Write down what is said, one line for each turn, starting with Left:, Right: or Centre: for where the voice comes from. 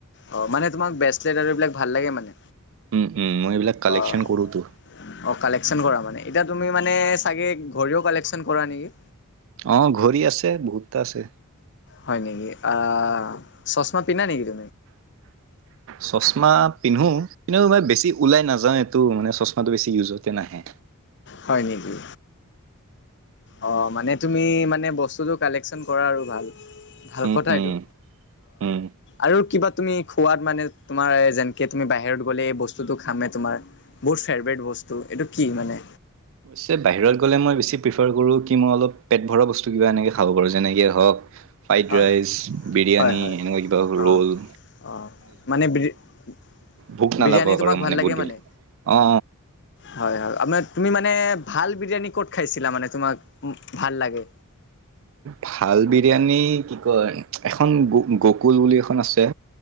Left: অ মানে তোমাক ব্ৰেচলেট আৰু এইবিলাক ভাল লাগে মানে
Right: উম উম মই এইবিলাক কালেকশ্যন
Left: অ অ
Right: কৰোতো
Left: কালেকচন কৰা মানে এতিয়া তুমি মানে চাগে ঘড়ীও কালেকচন কৰা নেকি?
Right: আহ ঘড়ী আছে বহুতটা আছে
Left: হয় নেকি অ চচমা পিন্ধা নেকি ত
Right: চচমা পিন্ধো কিন্তু মই বেছি ওলাই নাযাও এইটো মানে চচমাটো বেছি ইউজতে নাহে
Left: হয় নেকি অ মানে তুমি মানে বস্তুটো কালেকশ্যন কৰা আৰু ভাল ভাল
Right: উম
Left: কথা
Right: উম
Left: এইটো
Right: উম
Left: আৰু কিবা তুমি খোৱাত মানে তোমাৰ যেনকে তুমি বাহিৰত গ'লে এই বস্তুতটো খামে তোমাৰ বহু ফেভৰেট বস্তু এইটো কি মানে
Right: অৱশ্যে বাহিৰত গ'লে মই বেছি প্ৰিফাৰ কৰোঁ কি মই অলপ পেট ভৰা বস্তু কিবা এনেকে খাব পাৰোঁ যেনেকে হওক ফ্ৰাইড
Left: হয়
Right: ৰাইচ, বিৰিয়ানী
Left: হয় হয়
Right: এনেকুৱা কিবা
Left: অ
Right: ৰোল
Left: অ মানে বিৰিয়ানী
Right: ভোক নালাগক
Left: তোমাক
Right: আৰু
Left: ভাল লাগে
Right: বহুত দেৰি
Left: মানে
Right: অ
Left: হয় হয় আঁ তুমি মানে ভাল বিৰিয়ানী ক'ত খাইছিলা মানে তোমাক ভাল লাগে।
Right: ভাল বিৰিয়ানী কি কয় এখন গ গকুল বুলি এখন আছে